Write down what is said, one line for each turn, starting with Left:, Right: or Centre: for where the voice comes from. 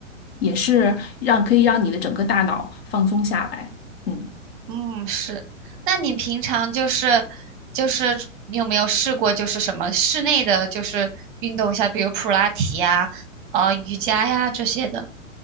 Left: 也是让可以让你的整个大脑放松下来。嗯，
Right: 嗯，是。那你平常就是就是你有没有试过就是什么室内的，就是运动一下，比如普拉提呀、啊、呃瑜伽呀这些的？